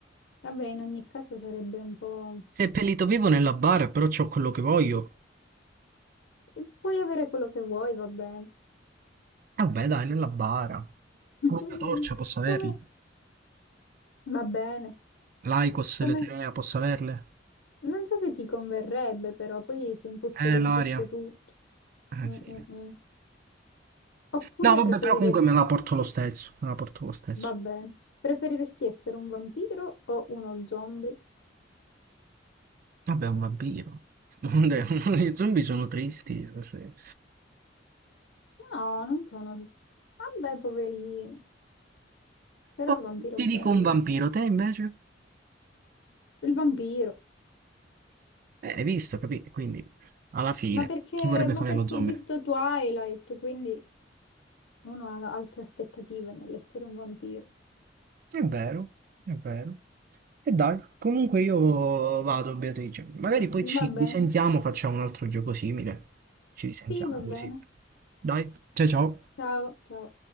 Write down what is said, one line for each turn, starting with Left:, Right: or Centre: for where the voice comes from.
Left: Vabbè, in ogni caso sarebbe un po'...
Right: Seppellito vivo nella bara, però c'ho quello che voglio.
Left: eh, Puoi avere quello che vuoi, va bene.
Right: E vabbè, dai, nella bara.
Left: <laughs>
Right: Pure una torcia posso averli.
Left: Come... Va bene.
Right: L'Aicos,
Left: Come...
Right: l'Eterea posso averle.
Left: Non so se ti converrebbe, però poi si impuzzolentisce
Right: Eh, l'aria.
Left: tutto.
Right: Eh,
Left: Mm,
Right: sì.
Left: mm, mm. Oppure
Right: No, vabbè,
Left: preferiresti...
Right: però comunque me la porto lo stesso. Me la porto lo stesso.
Left: Va bene. Preferiresti essere un vampiro o uno zombie?
Right: Vabbè, è un vampiro. Vabbè, <laughs> I zombie sono tristi. così.
Left: No, non sono... Vabbè, poverini, però
Right: Poi
Left: il vampiro
Right: ti
Left: è bello.
Right: dico un vampiro, te invece?
Left: Il vampiro.
Right: Eh, hai visto, capito? Quindi, alla fine,
Left: Ma perché,
Right: chi vorrebbe
Left: ma
Right: fare
Left: perché
Right: lo zombie?
Left: ho visto Twilight, quindi uno ha alte aspettative nell'essere un vampiro.
Right: È vero, è vero. E dai, comunque io vado, Beatrice. Magari poi ci
Left: Va bene.
Right: risentiamo, facciamo un altro gioco simile. Ci risentiamo
Left: Sì, va bene.
Right: così. Dai, ciao ciao.
Left: Ciao, ciao.